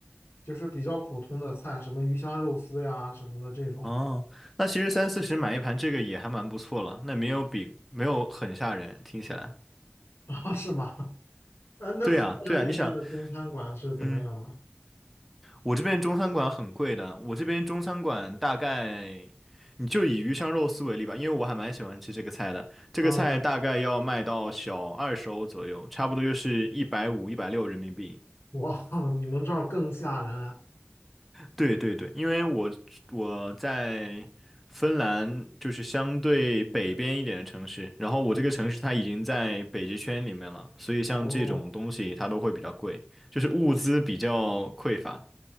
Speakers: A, on the left (about 80°); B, in the centre.
A: 就是比较普通的菜，什么鱼香肉丝呀什么的这种
B: 哦，那其实三四十买一盘这个也还蛮不错了，那没有比没有很吓人，听起来。
A: <laughs> 啊，是吗？啊，那河南那边的中餐馆是怎么样的？
B: 对啊，对啊，你想，嗯，我这边中餐馆很贵的，我这边中餐馆大概，你就以鱼香肉丝为例吧，因为我还蛮喜欢吃这个菜的。这个菜大概要卖到小二十欧左右，
A: 嗯，
B: 差不多就是一百五、一百六人民币。
A: 哇，<laughs> 你们这儿更吓人啊！
B: 对对对，因为我我在芬兰就是相对北边一点的城市，然后我这个城市它已经在北极圈里面了，
A: 嗯，
B: 所以像这种东西它都会比较贵，
A: 哦
B: 就是物资比较匮乏。